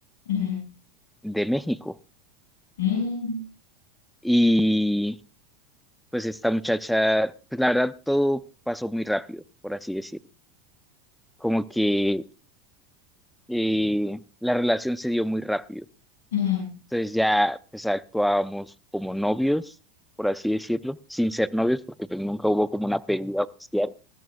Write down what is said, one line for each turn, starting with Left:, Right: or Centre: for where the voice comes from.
Left: ujú,
Centre: de México.
Left: mm,
Centre: y pues esta muchacha, pues la verdad todo pasó muy rápido, por así decirlo. Como que eh, la relación se dio muy rápido.
Left: ujú.
Centre: Entonces ya pues actuábamos como novios, por así decirlo, sin ser novios porque pues nunca hubo como una pérdida oficial,